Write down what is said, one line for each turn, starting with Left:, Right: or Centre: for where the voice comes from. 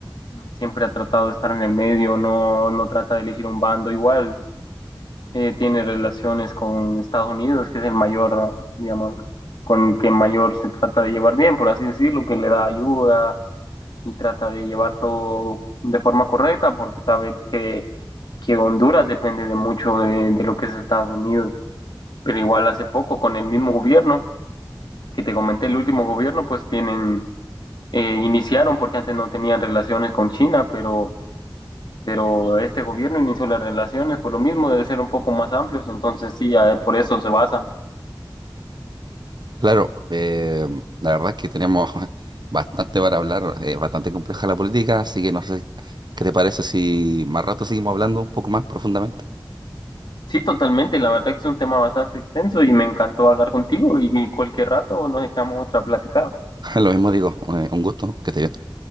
Left: siempre ha tratado de estar en el medio, no, no trata de elegir un bando igual. eh, tiene relaciones con Estados Unidos, que es el mayor, digamos, con el que mayor se trata de llevar bien, por así decirlo, que le da ayuda y trata de llevar todo de forma correcta porque sabe que, que Honduras depende de mucho de, de lo que es Estados Unidos. Pero igual hace poco con el mismo gobierno que te comenté, el último gobierno, pues tienen, eh, iniciaron porque antes no tenían relaciones con China, pero, pero este gobierno inició las relaciones por lo mismo de ser un poco más amplios, entonces sí, eh, por eso se basa.
Right: Claro, eh, la verdad es que tenemos <laughs> bastante para hablar, es bastante compleja la política, así que no sé qué te parece si más rato seguimos hablando un poco más profundamente.
Left: Sí, totalmente, la verdad que es un tema bastante extenso y me encantó hablar contigo y cualquier rato nos echamos otra platicada.
Right: <laughs> Lo mismo digo, eh, un gusto, que estés bien.